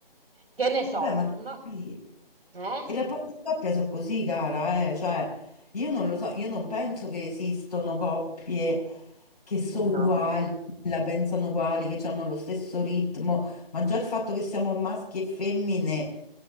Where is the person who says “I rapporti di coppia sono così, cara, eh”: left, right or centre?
Left